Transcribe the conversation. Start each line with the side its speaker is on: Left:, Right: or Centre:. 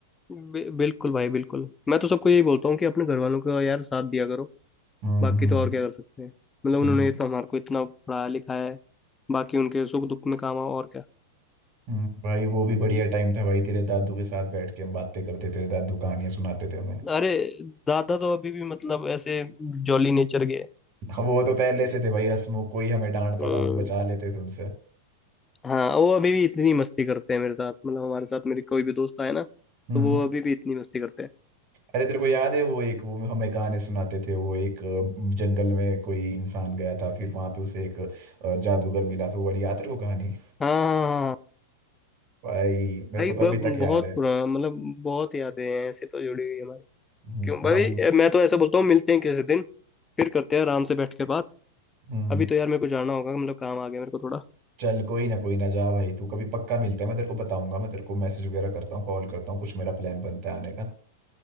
Left: बि- बिल्कुल भाई बिल्कुल मैं तो सबको यही बोलता हूँ कि अपने घर वालों का यार साथ दिया करो
Right: हम्म
Left: बाकी तो
Right: हम्म
Left: और क्या कर सकते हैं मतलब उन्होंने
Right: हम्म,
Left: तो हमारे को इतना पढ़ाया लिखाया है बाकी उनके सुख दुख में काम आओ और क्या
Right: हम्म। भाई वो भी बढ़िया टाइम था भाई तेरे दादू के साथ बैठ के हम बातें करते तेरे दादू कहानियां सुनाते थे हमें <laughs>
Left: अरे दादा तो अभी भी मतलब ऐसे जॉली नेचर के हैं।
Right: हाँ, वो तो पहले से थे भाई हंसमुख कोई हमें डांटता
Left: हम्म,
Right: था हमें बचा लेते थे उनसे
Left: हाँ वो अभी भी इतनी मस्ती करते हैं मेरे साथ मतलब हमारे साथ मेरे कोई भी दोस्त आए ना तो
Right: हम्म
Left: वो अभी भी इतनी मस्ती करते हैं
Right: अरे तेरे को याद है वो एक वो हमें कहानी सुनाते थे वो एक अ, जंगल में कोई इंसान गया था फिर वहां पे उसे एक अ, जादूगर मिला था वो वाली याद तेरे को कहानी
Left: हाँ हाँ हाँ हाँ।
Right: भाई मेरे
Left: भाई
Right: को तो
Left: ब,
Right: अभी तक याद
Left: बहुत
Right: है
Left: पुराना मतलब बहुत यादें हैं ऐसे तो जुड़ी हुई हमारी
Right: हम्म,
Left: क्यों भाई
Right: हम
Left: ए, मैं तो ऐसा बोलता हूँ मिलते हैं किसी दिन फिर करते हैं आराम से बैठ के बात
Right: हम्म
Left: अभी तो यार मेरे को जाना होगा मतलब काम आ गया मेरे को थोड़ा
Right: चल कोई ना कोई ना जा भाई तू कभी पक्का मिलते हैं मैं तेरे को बताऊंगा मैं तेरे को मैसेज वगैरह करता हूँ कॉल करता हूँ कुछ मेरा प्लान बनता है आने का